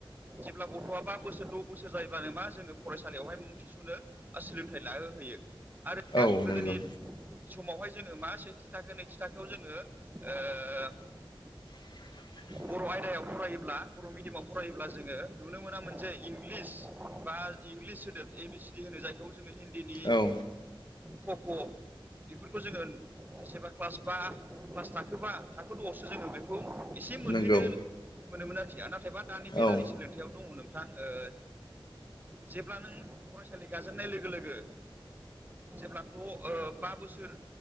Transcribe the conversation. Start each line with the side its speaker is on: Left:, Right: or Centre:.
Right: जेब्ला गथ'आ बा बोसोर द' बोसोर जायोबानो मा जोङो फरायसालियावहाय मुं थिसनो सोलोंथाइ लाहो हैयो आरो
Left: औ नंगौ
Right: गोदोनि समावहाय जोङो मा सेथि थाखो नैथि थाखोआव जोङो ओ
Left: <inaudible>
Right: बर' आयदायाव फरायोब्ला बर' मिडियामाव फरायोब्ला जोङो नुनो मोनामोन जे इंलिस बा इंलिस सोदोब ए बि सिडि होनो जायखौ जोङो हिन्दीनि
Left: औ
Right: कक' बेफोरखौ जोङो सोरबा क्लास बा क्लास थाखोबा थाखो द'आवसो जोङो बेखौ खौ एसे मोनहैनो
Left: नंगौ
Right: मोनोमोन आरोखि नाथायबा दानि बेलानि
Left: औ
Right: सोलोंथायाइयाव दङ नों थांङो जेब्ला नों फरायसालि गाजेननाय लोगो लोगो जेब्ला द बा बोसोर